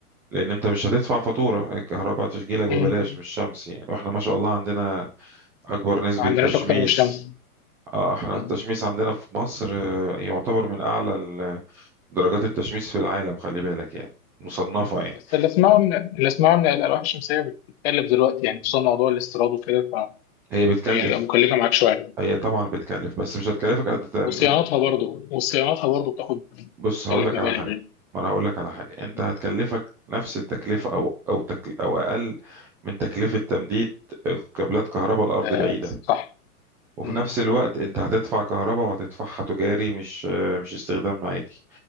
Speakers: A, in the centre; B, on the left.
A: لان انت مش هتدفع فاتورة الكهرباء تشجيلك ببلاش
B: مم.
A: مش شمس يعني واحنا ما شاء الله عندنا اكبر نسبة
B: ما عندناش
A: تشميس
B: اكتر من الشمس
A: آه، احنا
B: مم.
A: التشميس عندنا في مصر آه، يعتبر من اعلى درجات التشميس في العالم خلي بالك يعني مصنفة
B: مم.
A: يعني
B: بس اللي اسمعه ان اللي اسمعه ان الالواح الشمسيه بتتكلف دلوقتي يعني خصوصا موضوع الاستيراد وكده
A: هي بتكلف
B: فهي هتبقى مكلفه معاك شويه
A: هي طبعا بتكلف بس مش هتكلفك قد تأمين.
B: وصيانتها برضه وصيانتها برضه بتاخد بتكلف
A: بص هقول لك
B: مبالغ
A: على حاجة
B: يعني
A: ما انا هقول لك على حاجة انت
B: مم.
A: هتكلفك نفس التكلفة او او تكل او اقل من تكلفة تمديد كابلات كهرباء الارض
B: آه
A: بعيدة
B: صح
A: وفي
B: مم.
A: نفس الوقت انت هتدفع كهرباء وهتدفعها تجاري مش مش استخدام عادي